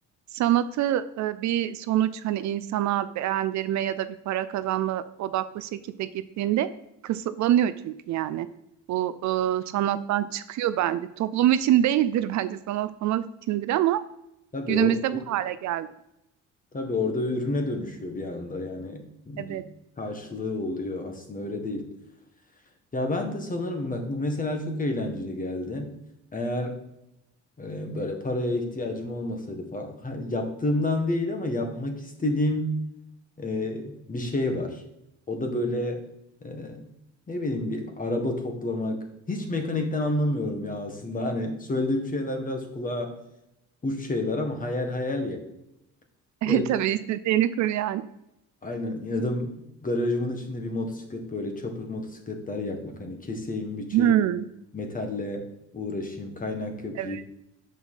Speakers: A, on the right (about 60°); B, on the left (about 25°).
A: sanatı e, bir sonuç hani insana beğendirme ya da bir para kazanma odaklı şekilde gittiğinde kısıtlanıyor çünkü yani. Bu e, sanattan çıkıyor bence. Toplum için değildir bence sanat sanat içindir ama
B: Tabii
A: günümüzde
B: orada
A: bu hale geldi.
B: Tabii orada ürüne dönüşüyor bir anda yani bir
A: Evet.
B: karşılığı oluyor aslında öyle değil. Ya ben de sanırım bak bu mesela çok eğlenceli geldi. Eğer e, böyle paraya ihtiyacım olmasaydı falan ha, yaptığımdan değil ama yapmak istediğim e, bir şey var. O da böyle e, ne bileyim bir araba toplamak. Hiç mekanikten anlamıyorum ya aslında hani söylediğim şeyler biraz kulağa uç şeyler ama hayal hayal ya.
A: <laughs>
B: Böyle
A: E, tabii istediğini kur yani.
B: Aynen ya da garajımın içinde bir motosiklet böyle çapır motosikletler yapmak. Hani keseyim, biçeyim,
A: Hmm.
B: metalle uğraşayım, kaynak yapayım.
A: Evet.